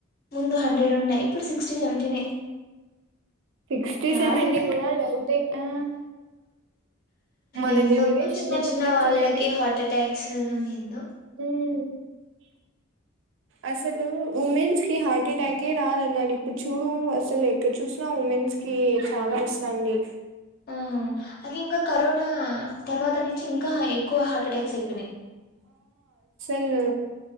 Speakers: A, on the left (about 50°); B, on the right (about 65°).
A: ముందు హండ్రెడ్ ఉండే ఇప్పుడు సిక్స్టీ సెవెంటీనే
B: సిక్స్టీ
A: యాడుందండి
B: సెవెంటికీ కూడా డౌట్ ఏ ఆ మన
A: ఏందో
B: జనరేషన్
A: చిన్న
B: వాళ్ళు
A: చిన్న
B: ఉండొచ్చు
A: వాళ్ళకి
B: మేబీ.
A: హార్ట్ అటాక్స్ ఏందో
B: హ్మ్. అసలు ఉమెన్స్ కి హార్ట్ అటాకే రాదన్నారు. ఇప్పుడు చూడు అసలు ఎక్కడ చూసినా ఉమెన్స్ కి చాలా వస్తాంది.
A: ఆ అది ఇంగా కరోనా తర్వాత నుంచి ఇంకా ఎక్కువ హార్ట్ అటాక్స్ అయిపోయినాయి.
B: ఊం ఉ